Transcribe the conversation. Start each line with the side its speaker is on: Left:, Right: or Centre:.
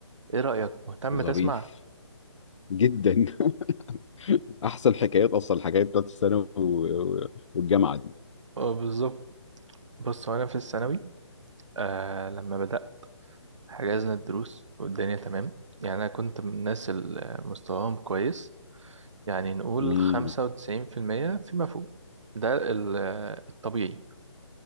Right: ايه رأيك مهتم
Left: ظريف
Right: تسمع
Left: جدا <laughs> احسن حكايات اصلا الحكايات بتاعت الثانوي و- و- والجامعه دي
Right: اه بالظبط بص وانا في الثانوي آه لما بدأت حجزنا الدروس والدنيا تمام يعني انا كنت من الناس اللي مستواهم كويس يعني نقول
Left: امم
Right: 95% فيما فوق ده ال- الطبيعي